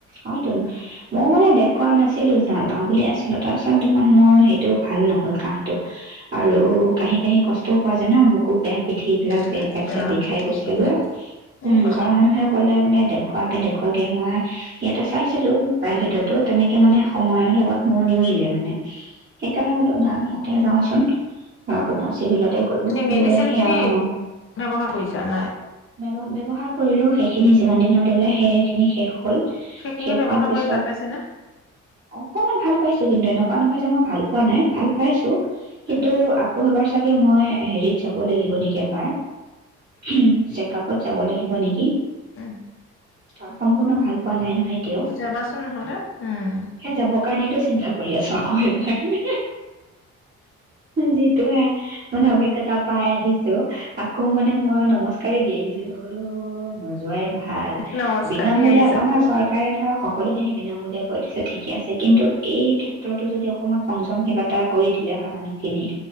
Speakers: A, on the right (about 35°); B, on the left (about 45°).
A: <unintelligible> ময়ো মানে দেখুৱা নাছিলো যা-যাওঁ বুলিয়ে আছিলো। <unintelligible> দেখোন মোৰ সেইটো ভাল নহল কাহটো আৰু কাহি কাহি কষ্ট পোৱা ন' বুকু পে পিঠি এই বিলাক পেট
B: উম বা
A: চেট বিষাই
B: বহুত
A: গৈছেগৈ
B: কষ্ট হয় অ বহুত
A: উম
B: কষ্ট
A: ঘৰৰ মানুহে
B: হয়
A: ক'লে বোলে দে খোৱাগে দেখ খোৱাগে মই ইয়াতে চাইছিলোঁ প্ৰাইভেটতো তেনেকে মানে সময়ৰ লগত মোৰ নিমিলে মানে। সেইকাৰণে বোলো নাই ইয়াতে যাওচোন আপোনাৰ চিভিলত। গলো
B: এনে মেডিচিন
A: গৈ সেয়া
B: খিনি
A: মই
B: ব্যৱহাৰ কৰিছা নাই
A: বৱ ব্য্ৱহাৰ কৰিলো সেইখিনি যিমান দিনৰ দিলে শেষ। সেই খিনি শেষ হ'ল
B: সেইখিনি
A: শেষ
B: ব্যৱহাৰ
A: হোৱাৰ পিছত
B: কৰি ভাল পাইছে নে
A: অকমান ভাল পাইছো কিন্তু এনেকুৱা কোৱা নহয় যে মই ভাল পোৱা নাই, ভাল পাইছোঁ। কিন্তু
B: উম
A: আকৌ এবাৰ চাগে মই হেৰিত যাব লাগিব নেকি এবাৰ। উ, চেক আপত যাব লাগিব নেকি।
B: উম
A: <unintelligible> সম্পূৰ্ণ ভাল পোৱা নাই নহয় এতিয়াও
B: যাবাচোন হ'লে উম।
A: সেই যাবৰ কাৰণেইটো চিন্তা কৰি আছা। আৰু এবাৰ যিটো হে মান অভিগ্ৰটা পাই আহিছো আকৌ মানে মই নমস্কাৰে দি আহিছো বোলো নোযোৱাই ভাল
B: নমস্কাৰ
A: বিনামূলীয়া
B: দি আহিছে
A: আমাৰ চৰকাৰে ধৰক স সকলোখিনি বিনামূলীয়া কৰি দিছে ঠিকে আছে কিন্তু এই ক্ষেত্ৰতো যদি অকমান সংযমশীলতা কৰি দিলে হয় মানুহখিনিক